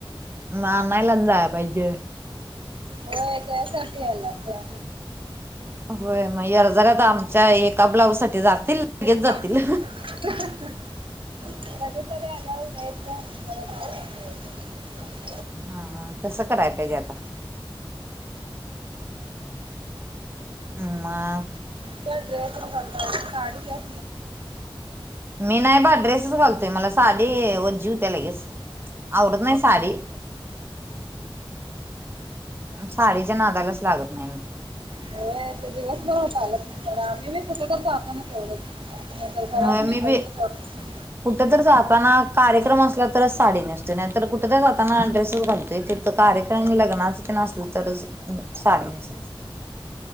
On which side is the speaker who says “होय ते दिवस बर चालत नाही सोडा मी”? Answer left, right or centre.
Right